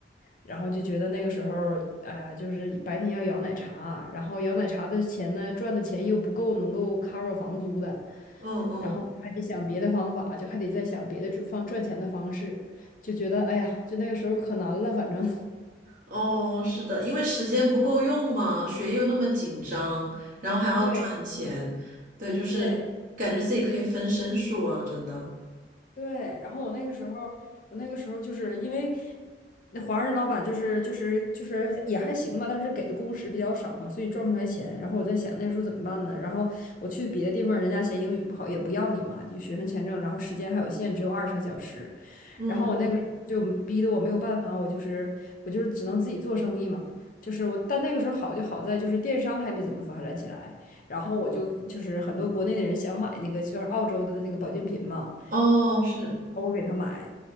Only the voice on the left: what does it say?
然后就觉得那个时候，哎呀，就是白天要摇奶茶，然后摇奶茶的钱呢，赚的钱又不够能够 cover 房租的，
然后还得想别的方法，就还得再想别的赚方赚钱的方式，就觉得哎呀，就那个时候可难了，反正。<laughs>
对
对，
对，然后我那个时候，我那个时候就是因为那华人老板就是就是就是也还行吧，但是给的工时比较少嘛，所以你赚不出来钱。然后我在想那个时候怎么办呢？然后我去别的地方，人家嫌英语不好，也不要你嘛，就学生签证，然后时间还有限，只有二十个小时。
然后我那个时候就逼得我没有办法，我就是我就是只能自己做生意嘛。就是我，但那个时候好就好在就是电商还没怎么发展起来，然后我就就是很多国内的人想买那个就是澳洲的那个保健品嘛。
我给他买，